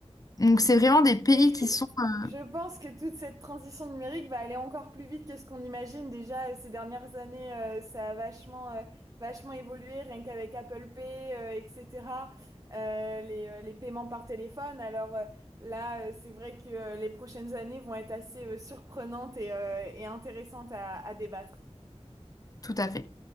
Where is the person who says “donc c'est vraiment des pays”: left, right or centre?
Left